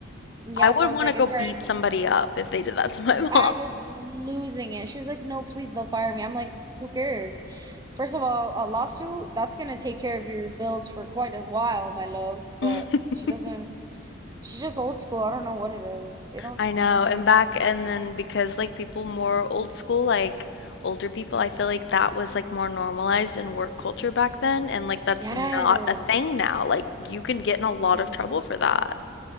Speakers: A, on the right; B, on the left.
A: Yeah,
B: I
A: so
B: would
A: I was
B: want
A: like,
B: to go
A: it's
B: beat
A: all right, like
B: somebody up if they did that to my mom.
A: I was losing it. She was like, "No, please, they'll fire me." I'm like, "Who cares?" First of all, a lawsuit, that's gonna take care of your bills for quite a while, my love, but
B: <laughs>
A: she doesn't she's just old school. I don't know what it is. They don't
B: I know.
A: they don't
B: And back, and then because like people more old school, like older people, I feel like that was like more normalized in work culture back then. And like that's
A: Yes.
B: not a thing now. Like you can get in a lot
A: Mm-hmm.
B: of trouble for that.